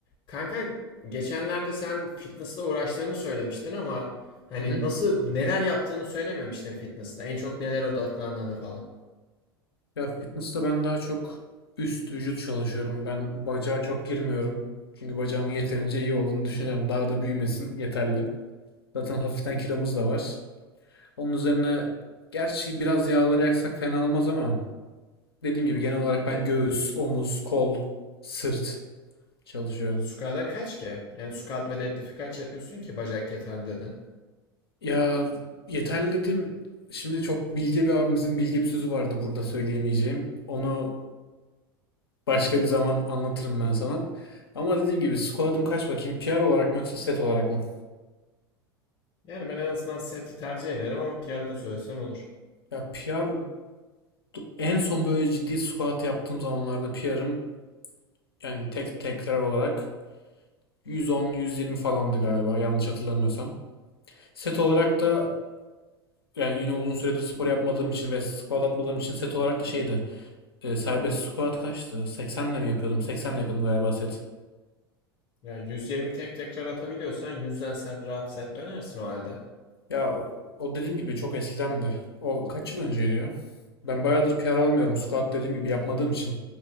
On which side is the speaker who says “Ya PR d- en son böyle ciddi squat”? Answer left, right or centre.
Left